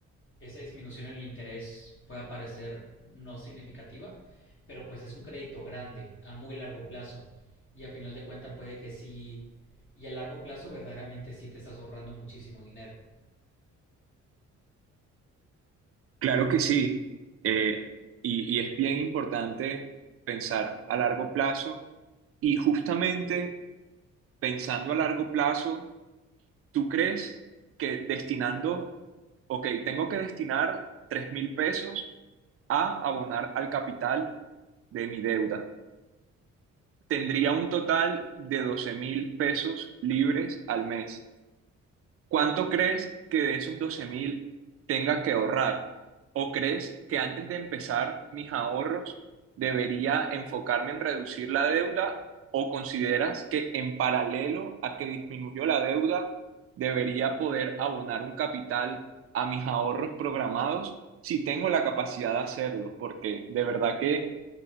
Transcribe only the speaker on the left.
esa disminución en el interés pueda parecer no significativa, pero pues es un crédito grande a muy largo plazo y a final de cuentas puede que sí y a largo plazo verdaderamente sí te estás ahorrando muchísimo dinero.